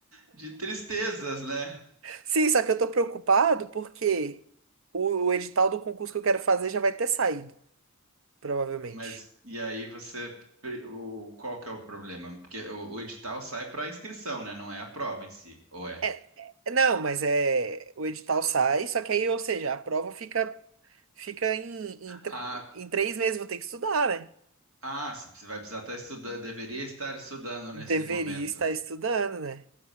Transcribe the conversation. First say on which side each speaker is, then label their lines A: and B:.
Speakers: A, on the right (about 80°); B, on the right (about 65°).
A: de tristezas, né?
B: Sim, só que eu tô preocupado porque o, o edital do concurso que eu quero fazer já vai ter saído, provavelmente.
A: Mas e aí você, o, qual que é o problema? Porque o, o edital sai para inscrição, né? Não é a prova em si, ou é?
B: É, é- não, mas é, o edital sai, só que aí, ou seja, a prova fica Fica em, em, tre-
A: Ah,
B: em três meses vou ter que estudar, né?
A: Ah, você vai precisar estar estudando, deveria estar estudando nesse
B: Deveria
A: momento.
B: estar estudando, né?